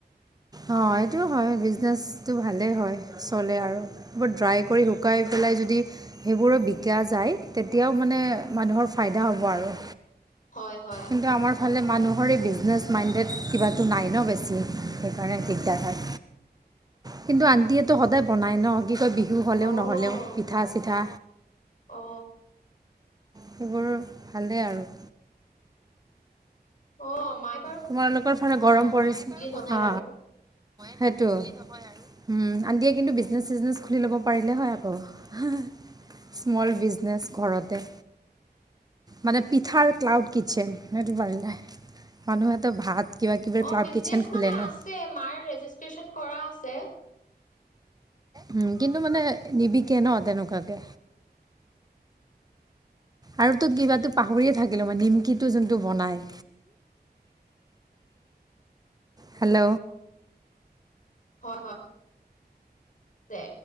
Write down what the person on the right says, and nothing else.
অ এইটো হয় বিজনেচটো ভালেই হয় চলে আৰু ব ড্ৰাই কৰি শুকাই পেলাই যদি সেইবোৰৰ বিকা যায় তেতিয়াও মানে মানুহৰ ফাইদা হ'ব আৰু।
কিন্তু আমাৰ ফালে মানুহৰ এই বিজনেছ মাইণ্ডেড কিবাটো নাই ন বেছি। তাৰে শিকাই, কিন্তু আন্টিয়টো সদায় বনাই ন হি ত বি বিহু হ'লেও
নহ'লেও পিঠা চিঠা।
সেইবোৰ ভালেই আৰু।
তোমালোকৰ ফালে গৰম পৰিছে,
সা
সেইটো উম আনটিয়ে কিন্তু বিজনেচ চিজনে খুলি ল'ব পাৰিলে হয় আকৌ স্মল বিজনেছ ঘৰতে। মানে পিথাৰ ক্লাউড কিটছেন সেইটো পাৰিলে। মানুহতো ভাত কিবা কিবাৰ
ক্লাউড
কিটচেন খোলে
ন।
উম কিন্তু মানে নিবিকে ন তেনেকুৱাকে। আৰু তো কিবাতো পাহৰিয়ে থাকিলে মানে নিমকিটো যোনটো বনাই। হেল্ল